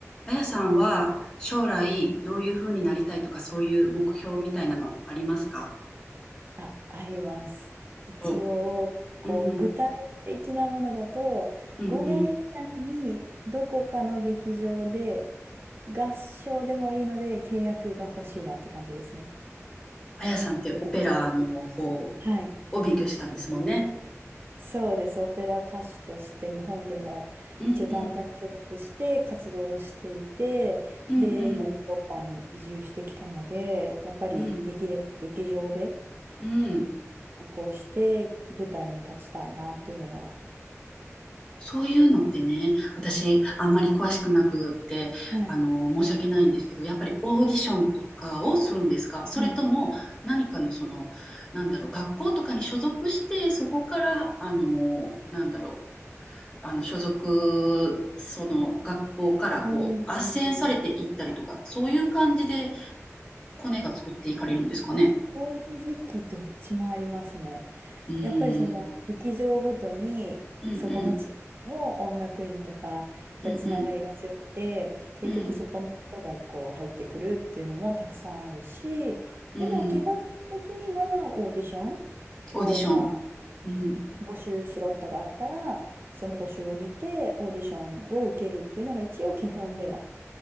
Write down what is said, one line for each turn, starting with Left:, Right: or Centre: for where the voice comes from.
Left: あやさんは将来どういうふうになりたいとかそういう目標みたいなのありますか
Right: あ、あります。一応、
Left: そ
Right: こう、
Left: ううん、
Right: 具体的なものだと、
Left: うん、
Right: 5年以内にどこかの劇場で
Left: うん。
Right: 合唱でもいいので契約が欲しいなって感じですね。
Left: あやさんってオペラの方
Right: はい。
Left: を勉強してたんですもんね。
Right: そうです。オペラ歌手として日本でも一応団体に所属して活動していて、
Left: うん、うん、うん、
Right: で、
Left: うん、
Right: 今ヨーロッパに移住してきたので、やっぱりできれば劇場で
Left: うん、うん。
Right: こうして舞台に立ちたいなっていうのは、
Left: そういうのってね、私あんまり詳しくなくって、
Right: はい
Left: あの、申し訳ないんですけど、やっぱりオーディションとかをするんですかそれとも何かのその、
Right: はい
Left: なんだろう、学校とかに所属して、そこから、あの、なんだろう、あの、所属、その学校からこう、
Right: うん。
Left: 斡旋されていったりとか、そういう感じでコネが作っていかれるんですかね。
Right: 正直どっちもありますね。
Left: うーん。
Right: やっぱりその劇場ごとにそこの地域の音楽院とかやっぱりつながりが強くて結局そこの人がこう入ってくるっていうのもたくさんあるしでも基本的にはオーディションをまあ
Left: うんうん。うんうん。うん。うん。オーディション。うん。
Right: 募集スロットがあったらその募集を見てオーディションを受けるっていうのが一応基本では